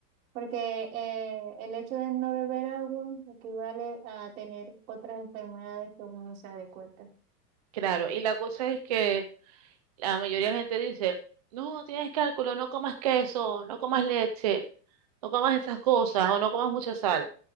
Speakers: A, on the right; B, on the right.
A: Porque eh, el hecho de no beber agua equivale a tener otras enfermedades que uno no se da de cuenta.
B: Claro, y la cosa es que la mayoría de la gente dice, no, tienes cálculo, no comas queso, no comas leche, no comas esas cosas o no comas mucha sal.